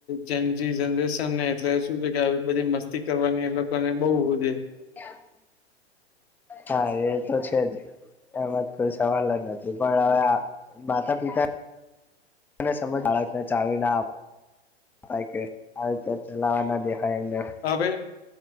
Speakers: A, on the left; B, in the centre.
A: જેમજી જનરેશન ને એટલે શું છે કે આવ. બધી મસ્તી કરવાની એ લોકો ને બઉુે.
B: <inaudible> હા એ તો છે જ. એમાંજ કોઈ સવાલજ નથી પણ હવે માતા પિતા. સમજ બાળકને ચાવવીના રીતે. ચલાવાના દેખાય એમને.
A: તબે.